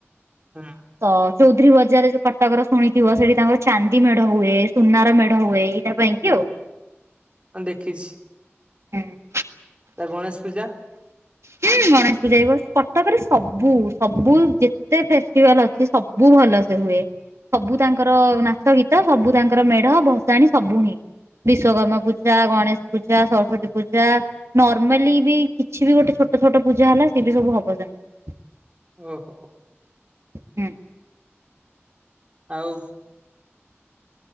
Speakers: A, on the right (about 25°); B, on the right (about 75°).
A: ହୁଁ।
B: ତ ଚୌଧୁରୀ ବଜାରେ ଯୋଉ କଟକର ଶୁଣିଥିବ ସେଠି ତାଙ୍କର ଚାନ୍ଦି ମେଢ ହୁଏ ସୁନାର ମେଢ ହୁଏ ଏଇଟା ବେଇଙ୍କି ଆଉ।
A: ହଁ ଦେଖିଛି।
B: ହୁଁ।
A: ତା ଗଣେଶ୍ ପୂଜା?
B: ହୁଁ ଗଣେଶ୍ ପୂଜା ବି ବସ୍ କଟକରେ ସବୁ ସବୁ ଯେତେ ଫେଷ୍ଟିଭାଲ ଅ ସେ ସବୁ ଭଲ ସେ ହୁଏ। ସବୁ ତାଙ୍କର ନାଚ ଗୀତ ସବୁ ତାଙ୍କର ମେଢ ଭସାଣିୀ ସବୁ ହିଁ। ବିଶ୍ଵକର୍ମା ପୂଜା, ଗଣେଶ ପୂଜା, ସରସ୍ଵତୀ ପୂଜା ନର୍ମାଲି ବି କିଛି ବି ଗୋଟେ ଛୋଟ ଛୋଟ ପୂଜା ହେଲା ସିଏ ବି ସବୁ ହବ ତାଙ୍କର।
A: ଓହୋ।
B: ହୁଁ।
A: ଆଉ